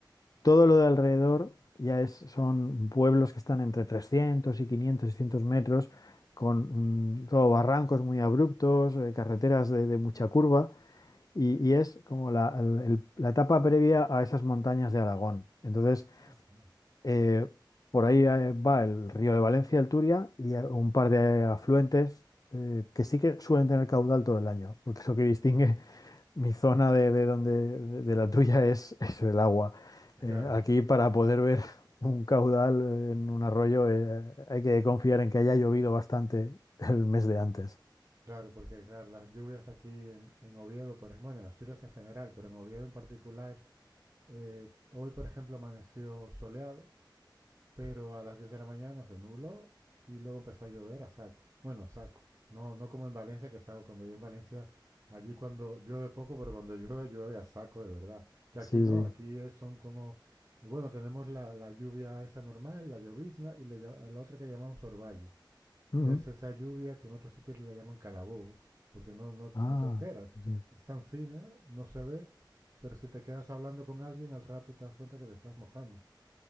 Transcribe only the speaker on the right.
Ah, ah.
Claro,
claro, porque claro, las lluvias aquí en, en Oviedo, por ejemplo, bueno, en Asturias en general, pero en Oviedo en particular, eh, hoy por ejemplo amaneció soleado pero a las 10 de la mañana se nubló y luego empezó a llover a saco. Bueno, a saco. No, no como en Valencia, que he estado cuando vivo en Valencia, allí cuando llueve poco, pero cuando llueve, llueve a saco de verdad. Que
aquí no,
aquí es- son como, eh, bueno, tenemos la, la lluvia esa normal, la llovizna, y le llama- la otra que llamamos orvallo,
que es esa lluvia que en otros sitios le llaman calabobos, porque no, no,
no te enteras.
Es tan fina, no se ve, pero si te quedas hablando con alguien, al rato te das cuenta que te estás mojando.